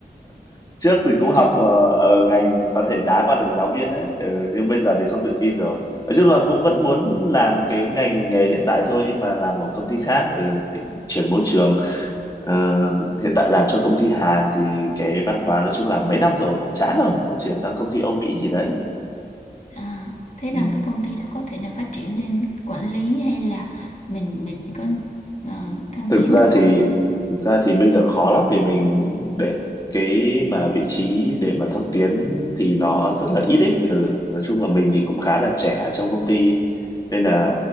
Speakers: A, on the left; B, on the left.
A: <laughs> trước thì cũng học
B: Ờ,
A: ờ, ở ngành có thể đá qua được giáo viên đấy ừ, nhưng bây giờ thì không tự tin rồi nói chung là cũng vẫn muốn làm cái ngành nghề hiện tại thôi nhưng mà làm ở công ty khác ừ, định chuyển môi trường Ờ, hiện tại làm cho công ty Hàn thì cái văn hóa nói chung là mấy năm rồi cũng chán rồi muốn chuyển sang công ty Âu Mỹ gì đấy
B: À, thế
A: ừ.
B: làm cái công ty đó có thể là phát triển lên quản lý hay là mình mình có à, thăng
A: thực
B: tiến
A: ra
B: được không?
A: thì thực ra thì bây giờ khó lắm vì mình để cái mà vị trí để mà thăng tiến thì nó rất là ít ấy ừ. nói chung là mình thì cũng khá là trẻ ở trong công ty nên là